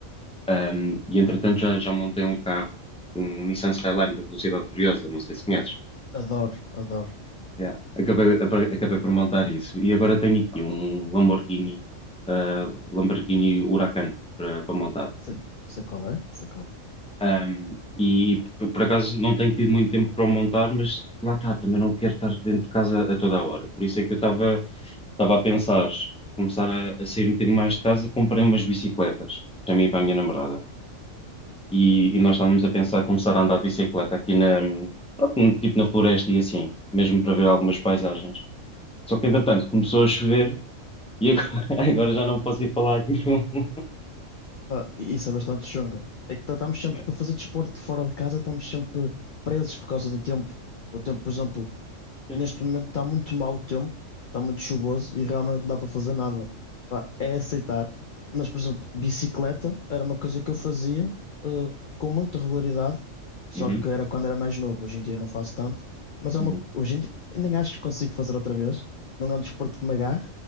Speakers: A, in the centre; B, on the left.
A: Ahm, e entretanto já, já montei um carro, um Nissan Skyline de Velocidade Furiosa, não sei se conheces.
B: Adoro, adoro.
A: Yeah. Acabei, apa- acabei por montar isso. E agora tenho aqui um Lamborghini, ah, Lamborghini Huracan para para montar.
B: Sei, sei qual é, sei qual é.
A: Um, e p- por acaso não tenho tido muito tempo para o montar, mas lá está, também não quero estar dentro de casa a toda a hora. Por isso é que eu estava estava a pensar, começar a, a sair um bocadinho mais de casa, comprei umas bicicletas para mim e para a minha namorada. E, e nós estávamos a pensar começar a andar de bicicleta aqui na, pronto, tipo na floresta e assim, mesmo para ver algumas paisagens. Só que entretanto começou a chover E agora, <laughs> agora já não posso ir falar de nenhum.
B: Pá, isso é bastante chunga. É que tá- estamos sempre
A: não é?
B: para fazer desporto fora de casa, estamos sempre presos por causa do tempo. O tempo, por exemplo,
A: Sim,
B: neste momento está muito mau o tempo, está muito chuvoso e realmente não dá para fazer nada. Pá, é aceitar. Mas, por exemplo, bicicleta era uma coisa que eu fazia, eh, com muita regularidade, só
A: Uhum,
B: que era quando era mais novo. Hoje em dia não faço tanto, mas é
A: uhum.
B: uma, hoje em dia nem acho que consigo fazer outra vez. Não é um desporto que me agarre,